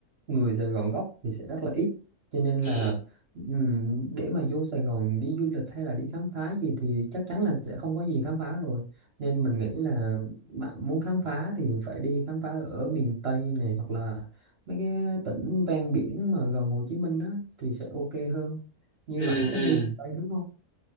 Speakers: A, on the right; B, on the left.
A: người Sài Gòn gốc thì sẽ rất là ít cho nên
B: ừ,
A: là ừm, để mà vô Sài Gòn đi du lịch hay là đi khám phá gì thì chắc chắn là sẽ không có gì khám phá rồi nên mình nghĩ là bạn muốn khám phá thì phải đi khám phá ở miền Tây này hoặc là mấy cái tỉnh ven biển mà gần Hồ Chí Minh á thì sẽ ok hơn như
B: ừ,
A: bạn thích
B: ừ.
A: đi miền Tây đúng không